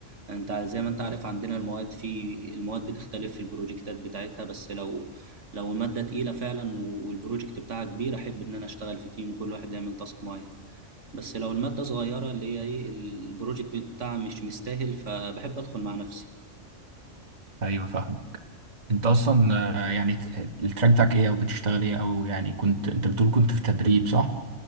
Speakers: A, on the right (about 70°); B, on the right (about 35°).
A: انت زي ما انت عارف عندنا المواد في المواد بتختلف في البروجكتات بتاعتها بس لو لو الماده تقيله فعلا والبروجكت بتاعها كبير احب ان انا اشتغل في تيم وكل واحد يعمل تاسك معين بس لو الماده صغيره اللي هي ايه البروجكت بتاعها مش مستاهل فبحب ادخل مع نفسي
B: ايوه فاهمه انت اصلا آه، يعني ت- التراك بتاعك ايه او بتشتغل ايه او يعني كنت انت بتقول كنت في تدريب صح